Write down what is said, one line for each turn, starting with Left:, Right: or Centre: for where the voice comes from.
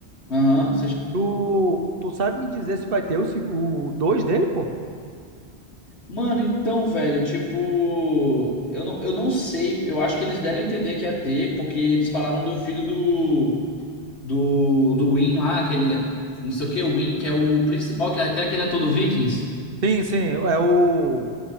Left: Aham, uhum,
Right: Tu, tu sabe me dizer se vai ter o, seg- o 2 dele, pô?
Left: Mano, então, velho, tipo, eu não, eu não sei, eu acho que eles deram a entender que ia ter, porque eles falaram do filho do, do, do Win lá, aquele, não sei o que, o Win, que é o principal, que é até aquele ator do Vikings.
Right: Sim, sim, é o,